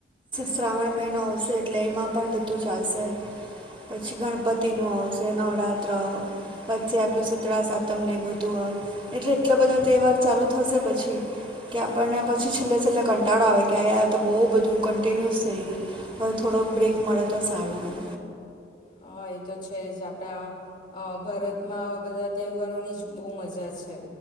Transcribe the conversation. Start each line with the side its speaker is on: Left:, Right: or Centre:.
Right: શ્રાવણ મહિનો આવશે, એટલે એમાં પણ બધું ચાલશે. પછી ગણપતિનું આવશે, નવરાત્ર. પછી આ પેલું શીતળા સાતમને એ બધું, આપ. એટલે એટલા બધા તહેવાર ચાલુ થશે પછી કે આપણને પછી છેલ્લે છેલ્લે કંટાળો આવે કે, આ યાર આ તો બહુ બધું કન્ટિન્યુસ થઈ ગયું, હવે થોડોક બ્રેક મળે તો સારું એમ.
Left: હા, એ તો છે જ. આપણા ભારતમાં આવા બધા તહેવારોની જ બહુ મજા છે.